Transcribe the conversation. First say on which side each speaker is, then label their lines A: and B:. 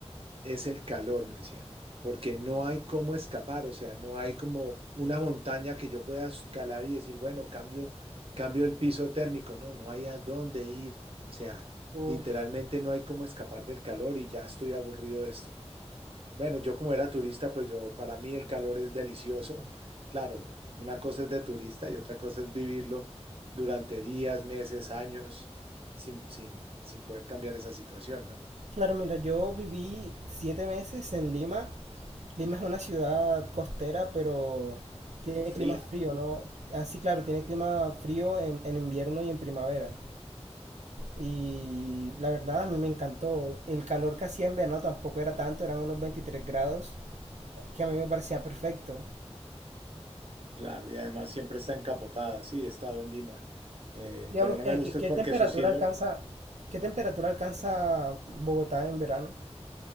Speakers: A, on the right; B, on the right.
A: es el calor, me decía, porque no hay cómo escapar, o sea, no hay como una montaña que yo pueda escalar y decir, bueno, cambio, cambio el piso térmico, no, no hay a dónde ir, o sea,
B: Uf.
A: literalmente no hay cómo escapar del calor y ya estoy aburrido de esto. Bueno, yo como era turista, pues yo, para mí el calor es delicioso. <laughs> Claro, una cosa es de turista y otra cosa es vivirlo durante días, meses, años, sin, sin, sin poder cambiar esa situación, ¿no?
B: Claro, mira, yo viví siete meses en Lima. Lima es una ciudad costera, pero tiene
A: Pero fría,
B: clima frío, ¿no? Así, claro, tiene clima frío en, en invierno y en primavera. Y la verdad a mí me encantó. El calor que hacía en verano tampoco era tanto, eran unos 23 grados, que a mí me parecía perfecto.
A: claro, y además siempre está encapotada, sí, he estado en Lima, eh,
B: Digamos,
A: pero no me
B: eh,
A: gusta
B: ¿qué, qué
A: es porque
B: temperatura
A: su cielo,
B: alcanza, qué temperatura alcanza Bogotá en verano?